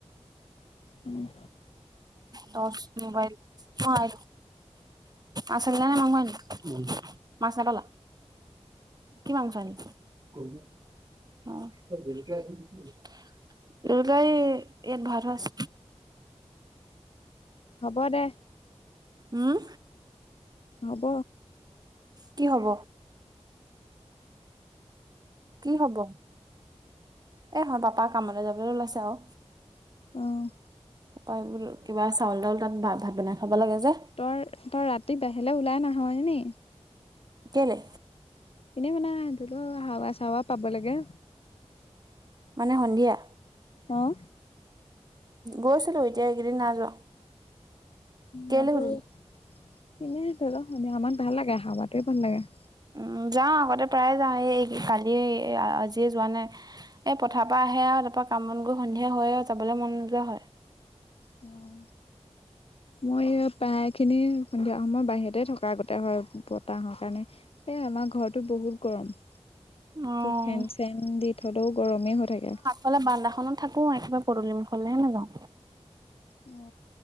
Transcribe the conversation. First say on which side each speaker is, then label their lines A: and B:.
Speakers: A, on the left (about 60°); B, on the right (about 35°).
A: উম।
B: Torch mobile. অ' আছালে নহয় নি, মাছ নাপালা? কি মাংস আনিলা? অ' বেটাৰী ইয়াত ভৰাই থোৱা আছে।
A: হ'ব দে।
B: হুম?
A: হ'ব।
B: কি হ'ব? কি হ'ব? এ, হ'ব পাপা কামলৈ যাবলৈ ওলাইছে আৰু।
A: অ'।
B: পাপাই বুলো কিবা চাউল তাউল তাত ভাত বনাই খাব লাগে যে।
A: তই তই ৰাতি বাহিৰলৈ ওলাই নাহয়নি?
B: কেলে?
A: এনেই মানে ধৰি ল' হাৱা চাৱা পাব লাগে।
B: মানে সন্ধিয়া?
A: অ'।
B: গৈছিলোঁ। এতিয়া এইকেইদিন নাই যোৱা। কেলে
A: মইতো
B: সুধিলি?
A: এনে ধৰি লও সন্ধিয়ামান ভাল লাগে, ভাল লাগে।
B: উম, যাওঁ আগতে প্ৰায়ে যাওঁ, এই কালিয় আজিয়ে যোৱা নাই। এ, পথাৰপা আহে আৰু তাৰপৰা কাম বন কৰি সন্ধিয়া হয় আৰু যাবলৈ মন নোযোৱা হয়।
A: উম। মই প্ৰায় খিনি সন্ধিয়া সময় বাহিৰতে থকা আগোতে হয় বতাহৰ কাৰণে এ আমাৰ ঘৰটোত বহুত গৰম
B: অ',
A: ফেন চেন দি থলেও গৰমেই হৈ থাকে
B: অ'লে বান্দাখনত থাকো একেবাৰে পদুলি মখললেহে নাযাওঁ
A: অ